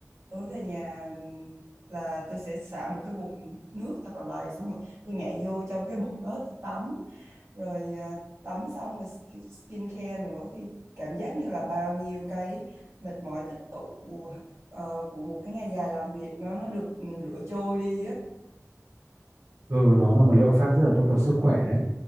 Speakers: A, on the right (about 60°); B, on the right (about 80°).
A: Tối về nhà ừm, là tôi sẽ xả một cái bồn nước thật là đầy xong rồi tôi nhảy vô trong cái <laughs> bồn đó tôi tắm rồi à, tắm xong rồi sk- skincare nữa thì cảm giác như là bao nhiêu cái mệt mỏi tích tụ ờ, của một cái ngày dài làm việc nó nó được ừ, rửa trôi đi á
B: ừ nó là một liệu pháp rất là tốt cho sức khỏe đấy